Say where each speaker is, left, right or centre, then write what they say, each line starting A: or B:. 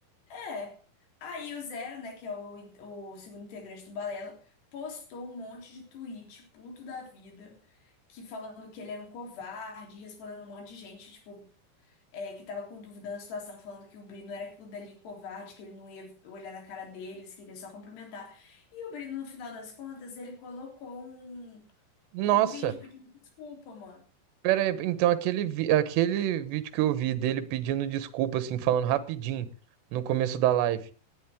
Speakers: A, on the left; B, on the right.
A: é. Aí o Zero, né, que é o, in- o segundo integrante do Balela, postou um monte de tweet, puto da vida, que falando que ele era um covarde, respondendo um monte de gente, tipo, é, que tava com dúvida na situação, falando que o Brino era o dali covarde, que ele não ia olhar na cara deles, que ele ia só cumprimentar. E o Brino, no final das contas, ele colocou um,
B: Nossa,
A: um vídeo pedindo desculpa, mano.
B: pera aí. Então, aquele, vi- aquele vídeo que eu vi dele pedindo desculpa, assim, falando rapidinho no começo da live,